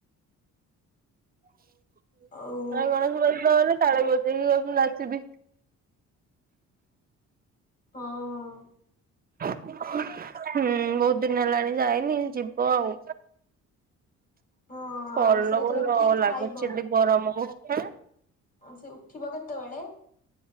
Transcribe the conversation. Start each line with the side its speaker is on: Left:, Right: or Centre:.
Right: <inaudible>
Left: ଆଉ
Right: ଜୟ ଗଣେଶ ବାଜିଲା ମାନେ ତାଳେ ବଜେଇକି କଇଁବୁ ନାଚିବି।
Left: ହଁ।
Right: ହୁଁ ବହୁତ୍ ଦିନି ହେଲାଣି ଯାଇନି ଯିବ ଆଉ।
Left: ହଁ
Right: କଲବଲ
Left: ସେ କେତେବେଳେ ଉଠିକି
Right: ନଲାଗୁଚି
Left: ଖାଇବ
Right: ଗରମକୁ ଆଁ।
Left: ଆଉ ସେ ଉଠିବ କେତେବେଳେ?